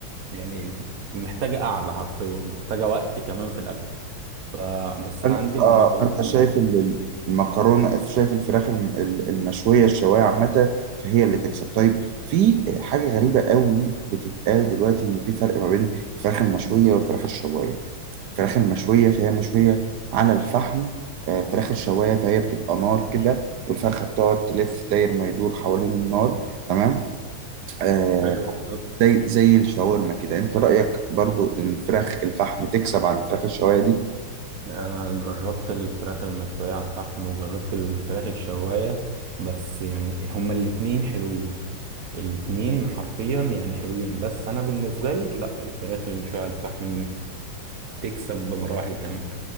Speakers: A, on the right (about 50°); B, on the right (about 75°).
A: يعني محتاجة قعدة حرفيا محتاجة وقت كمان في الأكل ف... بس
B: فانت
A: أنا عندي
B: اه
A: إن أنا آكل
B: فانت شايف ال- ال- المكرونه شايف الفراخ الم- ال- المشويه الشوايه عامه فهي اللي تكسب طيب في حاجه غريبه قوي بتتقال دلوقتي ان في فرق ما بين الفراخ المشويه والفراخ الشوايه الفراخ المشويه فهي مشويه على الفحم آه، فراخ الشوايه فهي بتبقى نار كده والفرخه بتقعد تلف داير ما يدور حوالين النار تمام آه،
A: ايوه بالظبط
B: زي زي الشاورما كده انت رأيك برضو ان فراخ الفحم تكسب عن فراخ الشوايه دي
A: أنا جربت الفراخ المشوية على الفحم وجربت الفراخ الشواية بس يعني هما الاتنين حلوين الاتنين حرفيا يعني حلوين بس انا بالنسبه لي لا الفراخ المشويه على الفحم تكسب بمراحل كمان